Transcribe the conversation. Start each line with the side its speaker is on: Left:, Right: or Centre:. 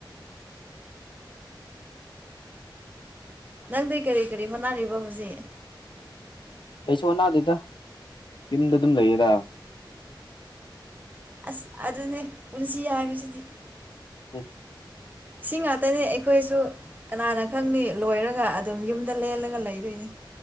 Right: ꯅꯪꯗꯤ ꯀꯔꯤ ꯀꯔꯤ ꯃꯅꯥꯔꯤꯕ ꯍꯧꯖꯤꯛ
Left: ꯀꯩꯁꯨ ꯑꯅꯥꯗꯦꯗ ꯌꯨꯝꯗ ꯑꯗꯨꯝ ꯂꯩꯌꯦꯒ
Right: ꯑꯁ ꯑꯗꯨꯅꯦ ꯄꯨꯟꯁꯤ ꯍꯥꯏꯕꯁꯤꯗꯤ
Left: ꯎꯝ
Right: ꯁꯤ ꯉꯥꯛꯇꯅꯤ ꯑꯩꯈꯣꯏꯁꯨ ꯀꯅꯥꯅ ꯈꯪꯅꯤ ꯂꯣꯏꯔꯒ ꯑꯗꯨꯝ ꯌꯨꯝꯗ ꯂꯦꯜꯂꯒ ꯂꯩꯗꯣꯏꯅꯤ